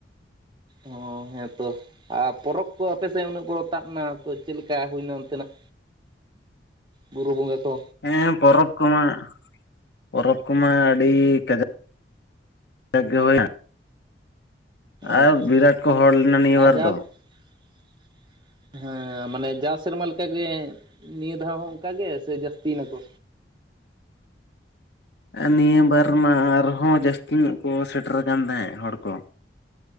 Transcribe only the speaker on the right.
ᱚᱻ ᱦᱮᱸᱛᱚ ᱾ ᱟᱨ ᱯᱚᱨᱚᱵᱽ ᱠᱚ ᱟᱯᱮ ᱥᱮᱫ ᱩᱱᱟᱹᱜ ᱵᱚᱲᱚ ᱛᱟᱵᱱᱟ ᱛᱚ ᱪᱮᱫ ᱞᱮᱠᱟ ᱦᱩᱭᱱᱟ ᱚᱱᱛᱮᱱᱟᱜ? ᱵᱩᱨᱩ ᱵᱚᱸᱜᱟ ᱠᱚ᱾
ᱟᱪᱪᱷᱟ
ᱟᱨ
<inaudible> ᱦᱮᱸ ᱢᱟᱱᱮ ᱡᱟᱣ ᱥᱮᱨᱢᱟ ᱞᱮᱠᱟ ᱜᱮ, ᱱᱤᱭᱟᱹ ᱫᱷᱟᱣ ᱦᱚᱸ ᱚᱝᱠᱟ ᱜᱮ ᱥᱮ ᱡᱟᱹᱥᱛᱤ ᱮᱱᱟᱠᱚ?